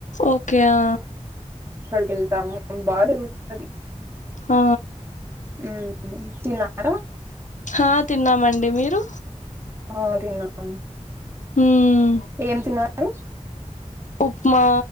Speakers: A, on the left; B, on the right.
A: ఓకే ఆ
B: అక్కడికి వెళ్తాము బాగా జరుగుతుది
A: ఆ
B: ఉం తిన్నారా
A: ఆ తిన్నామండి మీరు
B: హా తిన్నాం
A: ఉం
B: ఏం తిన్నారు
A: ఉప్మా